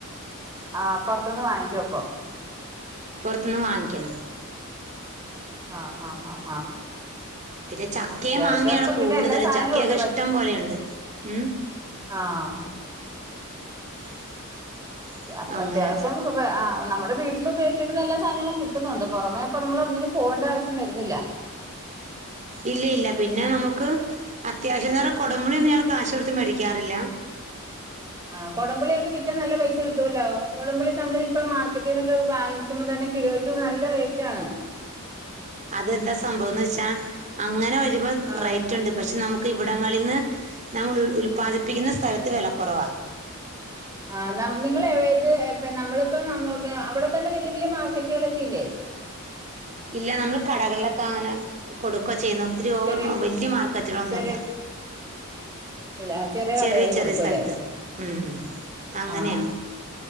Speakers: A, on the right; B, on the right.
A: ആ പൊറത്തൂന്ന് വാങ്ങിക്കുവപ്പൊ
B: പൊറത്തുന്ന് വാങ്ങിക്കണം.
A: ആ ഹാ ഹാ
B: പിന്നെ ചക്കയും
A: അത്യാവശ്യം
B: മാങ്ങയാണ്
A: അപ്പം
B: കൂടുതൽ
A: പിന്നെ എല്ലാ സാധനങ്ങളും
B: ചക്കയൊക്കെ
A: ഉണ്ട്
B: ഇഷ്ടം പോലെയുണ്ട് ഉം
A: ആഹ്
B: <unintelligible>
A: ങ്ങ അപ്പൊ
B: അങ്ങനെ
A: അത്യാവശ്യം <unintelligible> നമ്മ ഇപ്പവീട്ടിൽ ഉപയോഗിക്കേണ്ടന്ന എല്ലാ സാധനങ്ങളും കിട്ടുന്നൊണ്ട്, പൊറമേ ഇപ്പ നമ്മൾ ഒന്നിനും പോവേണ്ട ആവശ്യം വരുന്നില്ല.
B: ഇല്ലിഇല്ല പിന്നെ നമുക്ക് അത്യാവശ്യം എന്ന് പറ കൊടമ്പുളിയൊന്നും ഞങ്ങൾ കാശുകൊടുത്ത് മേടിക്കാറില്ല.
A: ആ കൊടമ്പുളിക്കെ വിറ്റാൽ നല്ല പൈസ കിട്ടുവല്ലോ? കൊടംപുളി നമ്മള് ഇപ്പ മാർക്കറ്റിന്നൊക്കെ വാങ്ങിക്കുമ്പം തന്നെ കിലോയ് ക്ക് നല്ല റേറ്റ് ആണ്
B: അതെന്താ സംഭവംന്ന് വെച്ചാ അങ്ങനെ ഇപ്പ
A: ആ,
B: റേറ്റ് ഉണ്ട് പക്ഷെ നമു ഇവിടങ്ങളിൽ നിന്ന് നങ്ങള് ഉൽ ഉൽപാദിപ്പിക്കുന്ന സ്ഥലത്ത് വെല കൊറവാ
A: ആ നമ് നിങ്ങള് ഇത് നമ്മള് ഇപ്പം നമ്മക്ക് അവിടെത്തന്നെ വല്ല്യ വല്ല്യ മാർക്കറ്റുകളെക്കെ ഇല്ലേ
B: ഇല്ലൃനമ്മള് കടകളിലക്കെ
A: ആ,
B: അങ്ങനെ കൊടുക്കചെയ്യുന്നു ഒത്തിരി ഓവർ
A: ചെറിയ
B: വല്ല്യ മാർക്കറ്റിലൊന്നുഅല്ല
A: ചെറിയ ഇല്ല കടകളിൽ
B: ചെറിയ ചെറിയ
A: കൊടുക്കും
B: സ്ഥലത്ത്
A: അല്ലേ
B: ഉം ഉം അങ്ങനെയാ
A: ആ